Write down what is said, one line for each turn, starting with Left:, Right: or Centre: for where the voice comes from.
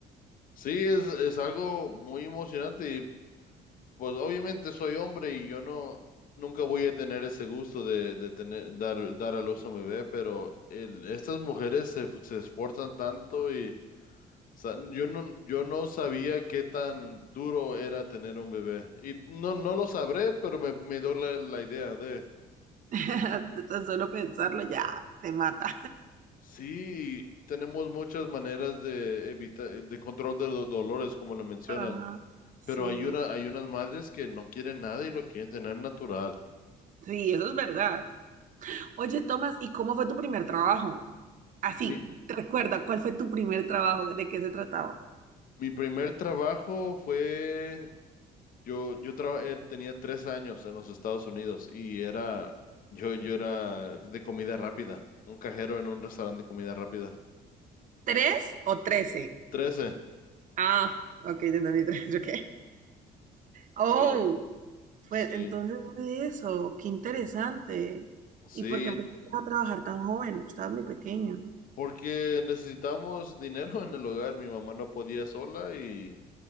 Left: sí, es, es algo muy emocionante y pues obviamente soy hombre y yo no, nunca voy a tener ese gusto de, de tener, dar, dar a luz a un bebé, pero el- estas mujeres se, se esfuerzan tanto y sa- yo no, yo no sabía qué tan duro era tener un bebé y no, no lo sabré, pero me, me dio la, la idea de,
Right: <laughs> Tan solo pensarlo ya te mata.
Left: sí, tenemos muchas maneras de evitar, de control de los dolores, como lo mencionan.
Right: Ah, sí,
Left: Pero hay una, hay unas madres que no quieren nada y lo quieren tener natural.
Right: sí, eso es verdad. Oye, Tomás, ¿y cómo fue tu primer trabajo? Así,
Left: Mi,
Right: recuerda, ¿cuál fue tu primer trabajo? ¿De qué se trataba?
Left: mi primer trabajo fue, yo, yo trabajé, tenía tres años en los Estados Unidos y era, yo, yo era de comida rápida, un cajero en un restaurante de comida rápida.
Right: ¿Tres o trece?
Left: Trece.
Right: Ah, ok, te entendí tres, <laughs> ok. Oh,
Left: Sí, sí,
Right: pues entonces fue eso, qué interesante.
Left: sí,
Right: ¿Y por qué empezaste a trabajar tan joven? Estabas muy pequeño.
Left: porque necesitamos dinero en el hogar. Mi mamá no podía sola y